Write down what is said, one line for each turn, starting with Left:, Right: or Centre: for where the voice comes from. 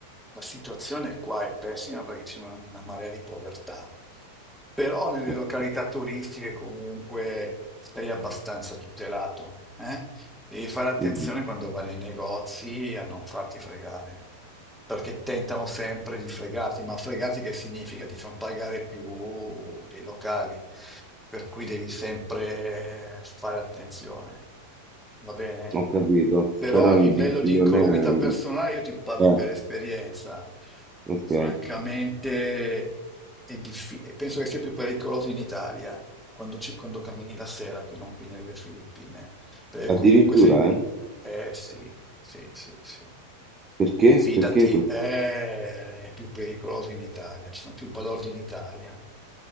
Centre: la situazione qua è pessima perché c'è una, una marea di povertà, però nelle
Right: Ok,
Centre: località turistiche comunque sei abbastanza tutelato, eh? Devi fare attenzione
Right: mhm,
Centre: quando vai nei negozi a non farti fregare, perché tentano sempre di fregarti, ma fregarti che significa? Ti fanno pagare più dei locali per cui devi sempre fare attenzione, va bene?
Right: Ho capito,
Centre: Però
Right: però
Centre: a livello
Right: dici che
Centre: di
Right: non
Centre: incolumità
Right: è...
Centre: personale, io ti parlo
Right: eh,
Centre: per esperienza,
Right: ok.
Centre: francamente è diffi- penso che sia più pericoloso in Italia quando, ci- quando cammini la sera che non qui nelle Filippine, perché
Right: Addirittura?
Centre: comunque sei...
Right: eh?
Centre: Eh sì, sì, sì, sì.
Right: Perché?
Centre: Fidati,
Right: Perché? que-
Centre: eh, è più pericoloso in Italia, ci sono più balordi in Italia.